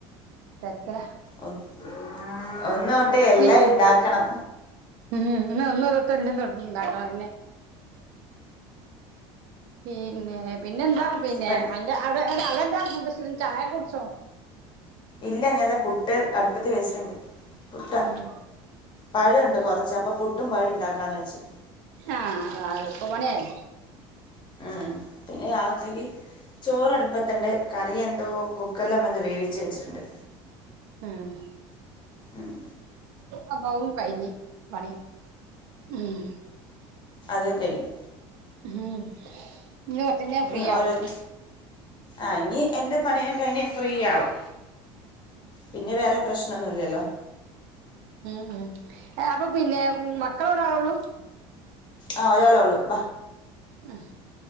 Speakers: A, on the right; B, on the left.
A: തെരക്കിലാ
B: ഒന്ന് ഒന്ന് തോട്ട് എല്ലാ
A: പി
B: ഇണ്ടാക്കണം
A: ഉം ഇന്ന് ഒന്നു തൊട്ട് എല്ലം തൊടങ്ങി ഇണ്ടാക്കണം അതെന്നെ പിന്നെ പിന്നെന്താ പിന്നെ
B: പൺ
A: അന്റെ അവിടെവിടെ അവിടെ എന്താ <unintelligible> ചായൊക്കെ കുടിച്ചോ
B: ഇല്ല ഞാനിതാ പുട്ട് അട്പ്പത്ത് വെച്ചിട്ട്ണ്ട് പുട്ടാ
A: ഉം
B: പഴണ്ട് കൊറച്ച് അപ്പം പുട്ടും പഴോ ഉണ്ടാക്കാന്ന് വെച്ചു
A: ആഹ് അത് എള്പ്പ പണി ആയല്ലോ
B: ആഹ് പിന്നെ രാവ്ത്തേക്ക് ചോറ് അട്പ്പത്ത്ണ്ട് കറി എന്തോ കുക്കറിലമ്മന്തോ വേവിച്ച് വെച്ചിട്ട്ണ്ട്
A: ഉം
B: ആഹ്
A: അപ്പതും കഴിഞ്ഞ് പണി ഉം
B: അതും കഴിഞ്ഞ്
A: ഉം ഇന്ന് കൊറച്ചഴിഞ്ഞാ
B: ഇനി
A: ഫ്രീ
B: ഓരോര്
A: ആവും
B: ആഹ് ഇനി എന്റെ പണിയൊക്കെ കഴിഞ്ഞ് ഫ്രീയാവും പിന്നെ വേറെ പ്രശ്നൊന്നുല്ലല്ലോ
A: ഉം ഉം അപ്പൊ പിന്നെ മക്കള് ഒരാളോള്ളു
B: ആഹ് ഒരാളോള്ളൂ ബാ
A: ഉം